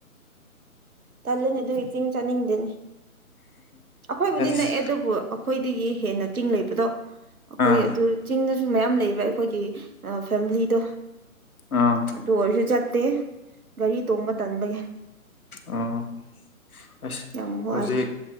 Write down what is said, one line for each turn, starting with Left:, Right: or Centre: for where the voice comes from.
Right: ꯇꯂꯅꯦ ꯑꯗꯨ ꯏ ꯆꯁꯤꯡ ꯆꯥꯅꯤꯡꯗꯦꯅꯦ ꯑꯩꯈꯣꯏꯕꯨꯗꯤ
Left: ꯑꯁ
Right: ꯅꯛꯑꯦ ꯑꯗꯨꯕꯨ ꯑꯩꯈꯣꯏꯗꯒꯤ ꯍꯦꯟꯅ ꯆꯤꯡ ꯂꯩꯕꯗꯣ ꯑꯩꯈꯣꯏ
Left: ꯑꯥ
Right: ꯑꯗꯨ ꯆꯤꯡꯗꯁꯨ ꯃꯌꯥꯝ ꯂꯩꯕ ꯑꯩꯈꯣꯏꯒꯤ ꯐꯦꯃꯤꯂꯤꯗꯣ
Left: ꯑꯥ
Right: ꯑꯗꯨ ꯑꯣꯏꯔꯁꯨ ꯆꯠꯇꯦ ꯒꯥꯔꯤ ꯇꯣꯡꯕ ꯇꯟꯕꯒꯤ
Left: ꯑꯣ ꯑꯁ
Right: ꯌꯥꯝ ꯋꯥꯏ
Left: ꯍꯧꯖꯤꯛ